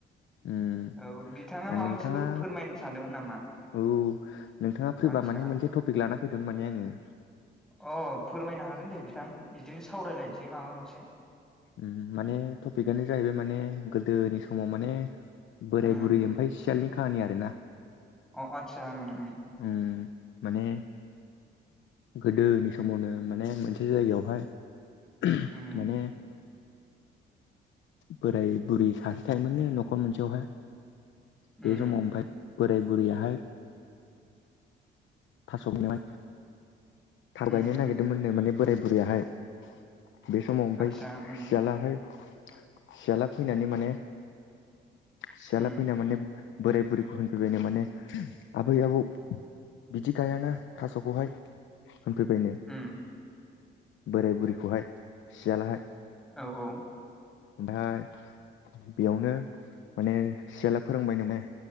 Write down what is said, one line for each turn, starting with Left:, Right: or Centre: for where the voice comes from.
Left: उम
Centre: औ बिथाङा माबा
Left: नोंथाङा
Centre: मोनसेफोर फोरमायनो सानदोंमोन नामा?
Left: औ नोंथाङा फैबा
Centre: आदसा
Left: माने मोनसे टपिक लाना फैदोंमोन माने आङो
Centre: अ फोरमायनो हागोन दे बिथां बिदिनो सावरायलायनोसै माबा मोनसे।
Left: ओम माने टपिकआनो जाहैबाय माने गोदोनि समाव माने बोराय
Centre: उम
Left: बुरै ओमफ्राय सियालनि खाहानि आरोना।
Centre: अ आत्सा ओम ओम।
Left: उम माने गोदोनि समावनो माने मोनसे जायगायावहाय <unintelligible>
Centre: ओम
Left: माने बोराय बुरै सासे थायोमोननो न'खर मोनसेयावहाय बे
Centre: ओम
Left: समाव आमफाय बोराय बुरैयाहाय थास'नो थाब
Centre: ओम
Left: गायनो नागिरदोंमोननो माने बोराय बुरैयाहाय बे समाव ओमफफ्राय
Centre: आतसा उम
Left: सियालाहाय सियाला फैनानै माने सियाला
Centre: उम
Left: फैना माने बोराय बुरैखौ होनफैबायनो माने आबै आबौ बिदि गायाना थास'खौहाय होनफैबायनो
Centre: उम
Left: बोराय बुरैखौहाय सियालाहाय
Centre: औ औ
Left: ओमफ्राय बेयावनो माने सियाला फोरोंबाय माने